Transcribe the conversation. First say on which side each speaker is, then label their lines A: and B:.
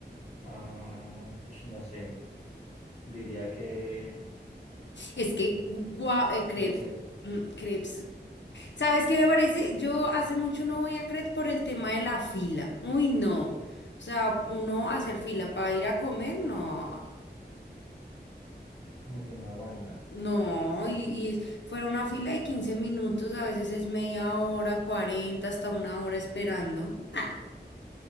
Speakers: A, on the left; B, on the left.
A: Ah, ush, no sé, diría que,
B: Es que gua- eh,
A: no
B: crepes,
A: sé,
B: mm, crepes ¿Sabes qué me parece? Yo hace mucho no voy a Cret por el tema de la fila. Uy, no. O sea, uno hacer fila para ir a comer, no.
A: como que no aguanta.
B: No, y, y fuera una fila de 15 minutos, a veces es media hora, 40 hasta una hora esperando. Ah,